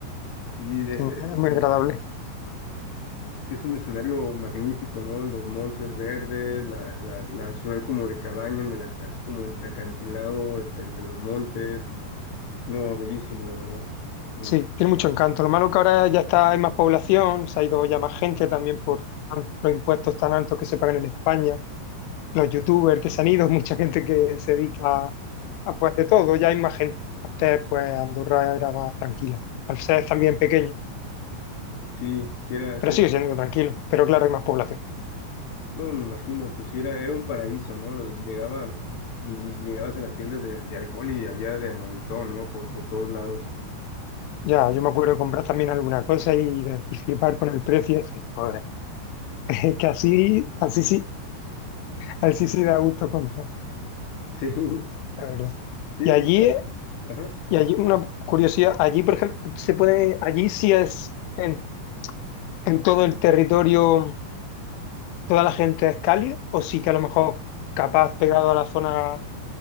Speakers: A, on the left (about 65°); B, on the left (about 90°).
A: Sí, de
B: Tiene-
A: ese, ese
B: Es
A: escenario,
B: muy agradable.
A: que es un escenario magnífico, ¿no? Los montes verdes, la, la, la ciudad como de cabaña, en el ac- así como entre acantilado, este, entre los montes. No, bellísimo, la verdad. Belli-
B: Sí, tiene mucho encanto. Lo malo que ahora ya está, hay más población, se ha ido ya más gente también por tan- los impuestos tan altos que se pagan en España, los youtubers que se han ido, <laughs> mucha gente que se dedica a, a, pues de todo, ya hay más gente. Antes pues Andorra era más tranquila, al ser también pequeño,
A: Sí, sí era, sí
B: pero sigue siendo tranquilo, pero claro, hay más población.
A: No, me imagino, pues sí, era, era un paraíso, ¿no? Llegaba y llegabas a las tiendas de, de alcohol y había de montón, ¿no? Por, por todos lados.
B: Ya, yo me acuerdo de comprar también alguna cosa y, de- y flipar con el precio y decir, joder. <laughs> Es que así, así sí, A él sí sí da gusto comprar,
A: Sí, <laughs>
B: la verdad.
A: sí,
B: Y
A: porque,
B: allí,
A: ajá.
B: y allí una curiosidad, allí por ejemplo, se puede, allí sí es en, en todo el territorio, toda la gente es cálida, o sí que a lo mejor capaz pegado a la zona